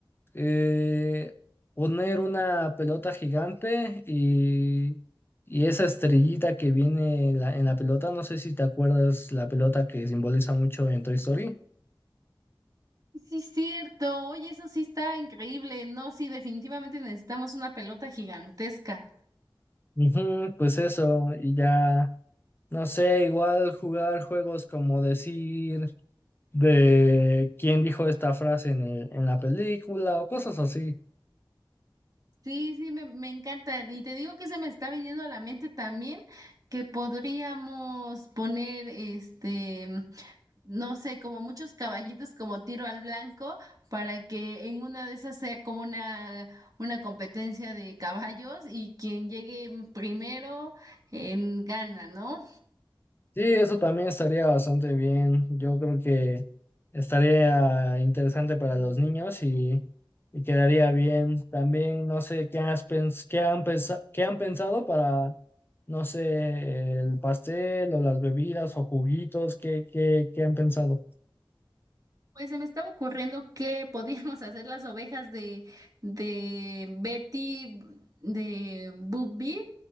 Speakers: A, on the left (about 25°); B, on the right (about 45°).
A: eh, poner una pelota gigante y, y esa estrellita que viene en la, en la pelota, no sé si te acuerdas la pelota que simboliza mucho en Toy Story.
B: Sí, cierto. Oye, eso sí está increíble. No, sí, definitivamente necesitamos una pelota gigantesca.
A: Ujú, pues eso, y ya, no sé, igual jugar juegos como decir de quién dijo esta frase en el- en la película o cosas así.
B: Sí, sí, me, me encanta. Y te digo que se me está viniendo a la mente también que podríamos poner, este, no sé, como muchos caballitos como tiro al blanco para que en una de esas sea como una, una competencia de caballos y quien llegue primero en gana, ¿no?
A: Sí, eso también estaría bastante bien. Yo creo que estaría interesante para los niños y, y quedaría bien. También no sé qué has pens- qué han pensa- qué han pensado para, no sé, el pastel o las bebidas o juguitos, qué, qué, qué han pensado.
B: Pues se me estaba ocurriendo que podíamos <laughs> hacer las ovejas de, de Betty, de Boop Beep,